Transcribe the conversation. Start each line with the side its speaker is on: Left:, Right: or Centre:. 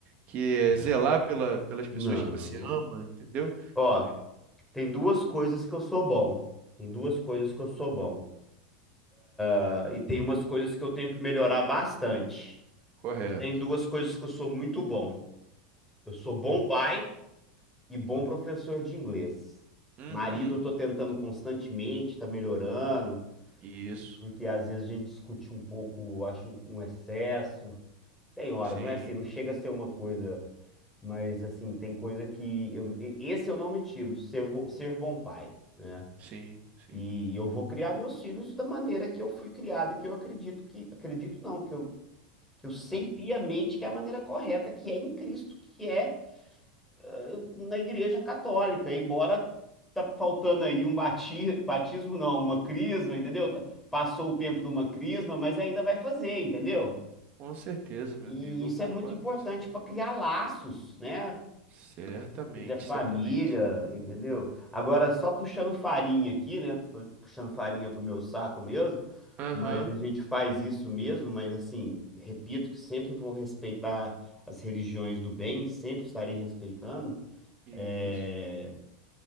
Right: que
Centre: é.
Right: é zelar pela, pelas pessoas
Centre: Não.
Right: que você ama, entendeu?
Centre: Ó, tem duas coisas que eu sou bom. Tem duas coisas que eu sou bom. Ah, E tem umas coisas que eu tenho que melhorar bastante.
Right: Correto.
Centre: Mas tem duas coisas que eu sou muito bom. Eu sou bom pai e bom professor de inglês.
Right: Uhum.
Centre: Marido, eu tô tentando constantemente, tá melhorando,
Right: Isso,
Centre: porque às vezes a gente discute um pouco, acho um um excesso. Tem hora,
Right: sim,
Centre: não é assim, não chega a ser uma coisa, mas assim, tem coisa que eu, e- esse eu não me tiro, ser, bo- ser bom pai, né?
Right: sim, sim.
Centre: E eu vou criar meus filhos da maneira que eu fui criado e que eu acredito que, acredito não, que eu sei piamente que é a maneira correta, que é em Cristo, que é ah, na Igreja Católica, embora tá faltando aí um bati- batismo, não, uma crisma, entendeu? Tá- Passou o tempo de uma crisma, mas ainda vai fazer, entendeu?
Right: Com certeza, meu
Centre: E
Right: amigo,
Centre: isso
Right: eu concordo
Centre: é muito importante
Right: com você.
Centre: para criar laços, né?
Right: Certamente,
Centre: entre a família,
Right: certamente.
Centre: entendeu? Agora, só puxando farinha aqui, né? pu- Puxando farinha pro meu saco mesmo,
Right: Aham,
Centre: mas a gente faz isso mesmo, mas assim, repito que sempre vou respeitar as religiões do bem, sempre estarei respeitando.
Right: isso.
Centre: É,